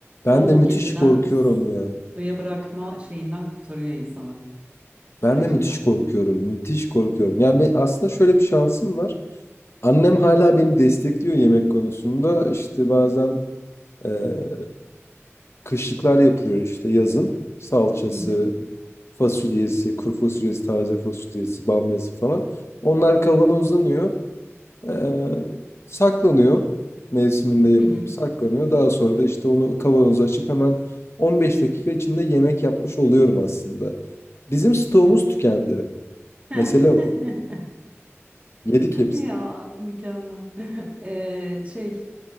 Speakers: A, on the left; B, on the right.
A: Ben
B: O,
A: de müthiş
B: o geceden
A: korkuyorum ya.
B: suya bırakma şeyinden kurtarıyor insanı sürecinden.
A: Ben de müthiş korkuyorum. Müthiş korkuyorum. Yani ben- aslında şöyle bir şansım var. Annem hala beni destekliyor yemek konusunda. İşte bazen eee, kışlıklar yapılıyor işte yazın. Salçası,
B: Hı hı.
A: fasulyesi, kuru fasulyesi, taze fasulyesi, bamyası falan. Onlar kavanozlanıyor. Ee, saklanıyor. Mevsiminde yapılıp
B: Hı hı.
A: saklanıyor. Daha sonra da işte onu kavanoza açıp hemen 15 dakika içinde yemek yapmış oluyorum aslında. Bizim stoğumuz
B: Evet.
A: tükendi.
B: <laughs>
A: Mesele o. Yedik hepsini.
B: Ya mükemmel. Ee, şey